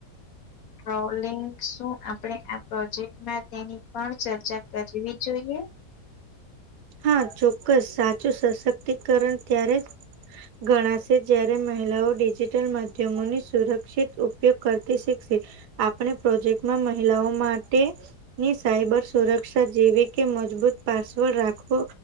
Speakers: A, on the left; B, on the right.
A: ટ્રોલિંગ શું આપણે આ પ્રોજેક્ટમાં તેની પણ ચર્ચા કરવી જોઈએ
B: હા ચોક્કસ સાચું સશક્તિકરણ ત્યારે જ ગણાશે જ્યારે મહિલાઓ ડિજિટલ માધ્યમોની સુરક્ષિત ઉપયોગ કરતી શીખશે આપણે પ્રોજેક્ટમાં મહિલાઓ માટે ની સાયબર સુરક્ષા જેવી કે મજબૂત પાસવર્ડ રાખવો